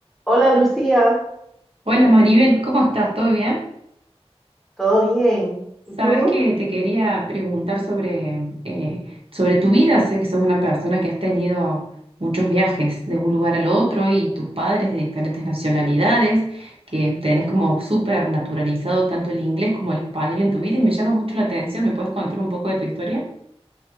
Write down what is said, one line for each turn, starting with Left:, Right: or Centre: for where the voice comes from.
Centre: Hola Lucía,
Right: Hola Maribel, ¿cómo estás? ¿Todo bien?
Centre: ¿todo bien?
Right: Sabes
Centre: ¿Y tú?
Right: que te quería preguntar sobre, eh, sobre tu vida. Sé que sos una persona que has tenido muchos viajes de un lugar al otro y tus padres de diferentes nacionalidades, que tenés como súper naturalizado tanto el inglés como el español en tu vida y me llama mucho la atención. ¿Me puedes contar un poco de tu historia?